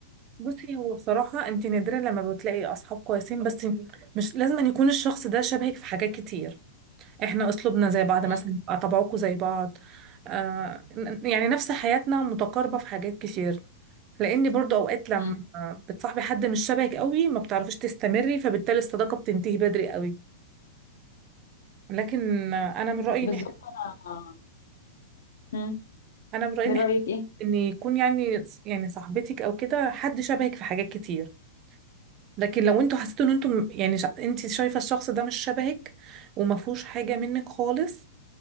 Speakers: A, on the right (about 35°); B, on the left (about 80°).
A: بصي هو بصراحة انت نادرا لما بتلاقي اصحاب كويسين بس مش لازم أن يكون الشخص ده شبهك في حاجات كتير احنا اسلوبنا زي بعض
B: يعني
A: مثلا يبقى طبعكم زي بعض آه يعني نفس حياتنا متقاربة في حاجات كتير لان برضو اوقات لما
B: امم امم
A: بتصاحبي حد مش شبهك قوي ما بتعرفيش تستمري فبالتالي الصداقه بتنتهي بدري قوي لكن انا من رايي
B: بالظبط
A: ان إحنا-
B: انا مم.
A: انا من رايي
B: من
A: ان
B: رأيك
A: إحنا-
B: ايه
A: ان يكون يعني يعني صاحبتك او كده حد شبهك في حاجات كتير لكن لو انتوا حسيتوا ان انتوا يعني شا- انت شايفه الشخص ده مش شبهك وما فيهوش حاجه منك خالص